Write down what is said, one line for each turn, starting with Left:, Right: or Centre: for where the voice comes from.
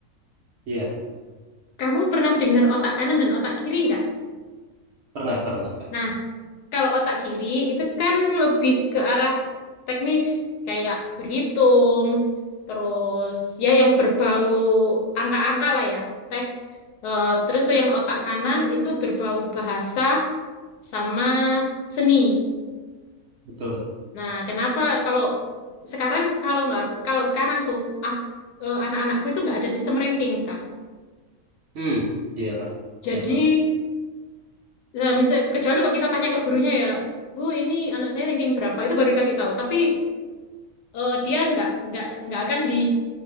Right: iya.
Left: Kamu pernah dengar otak kanan dan otak kiri nggak?
Right: Pernah, pernah, Kak.
Left: Nah, kalau otak kiri itu kan lebih ke arah teknis, kayak berhitung, terus ya yang berbau angka-angka lah ya. Teh. Eh, terus yang otak kanan itu berbau bahasa sama seni.
Right: Betul.
Left: Nah, kenapa kalau sekarang kalau nggak kalau sekarang tuh ak- eh, anak-anakku itu nggak ada sistem ranking, Kak.
Right: Hmm, iya, Kak.
Left: Jadi
Right: Saya tahu.
Left: Nah, misal kecuali kalau kita tanya ke gurunya ya, Bu, ini anak saya ranking berapa? Itu baru dikasih tahu. Tapi eh, dia nggak nggak nggak akan di